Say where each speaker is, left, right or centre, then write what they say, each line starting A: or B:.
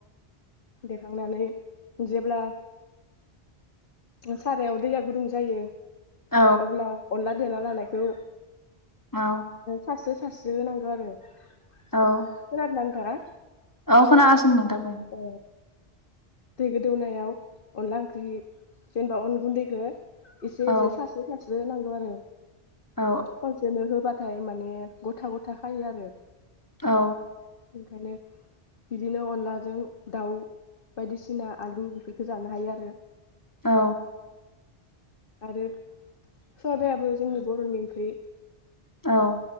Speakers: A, on the left; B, on the left.
A: देखांनानै जेब्ला सारायाव दैया गुदुं जायो
B: औ
A: अब्ला अनला देना लानायखौ
B: औ
A: सासे सास्रि होनांगौ आरो <unintelligible> खोनादोना
B: औ
A: नों फोरा
B: औ खोनागासिनो नोंथां बुं
A: ओ दै गोदौनायाव अनला ओंख्रि जेनेबा अन गुन्दैखो एसे
B: औ
A: एसे सास्रि सास्रि बो होनांगौ आरो
B: औ
A: खनसेनो होबा थाय माने गथा गथा खायो आरो
B: औ
A: ओंखायनो बिदिनो अनला जों दाउ बायदिसिना आलु बेफोरखो जानो हायो आरो
B: औ
A: आरो सबयाबो जोंनि बर'नि ओंख्रि
B: औ